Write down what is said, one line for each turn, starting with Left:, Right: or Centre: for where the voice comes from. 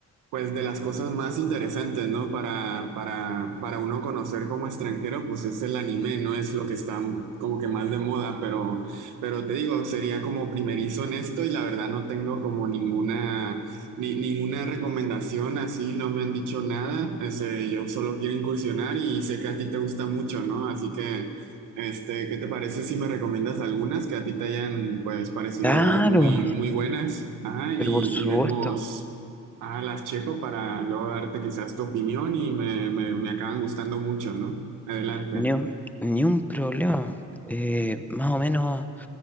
Right: pues de las cosas más interesantes, ¿no? Para, para, para uno conocer como extranjero, pues es el anime, no es lo que está como que más de moda, pero, pero te digo, sería como primerizo en esto y la verdad no tengo como ninguna, ni, ninguna recomendación así, no me han dicho nada, ese, yo solo quiero incursionar y sé que a ti te gusta mucho, ¿no? Así que, este, ¿qué te parece si me recomiendas algunas que a ti te hayan, pues, parecido
Centre: Claro,
Right: muy, muy buenas? Ajá, y,
Centre: pero por supuesto,
Right: y vemos. Ah, las checo para luego darte quizás tu opinión y me, me, me acaban gustando mucho, ¿no? Adelante.
Centre: ni un, ni un problema. Eh, más o menos,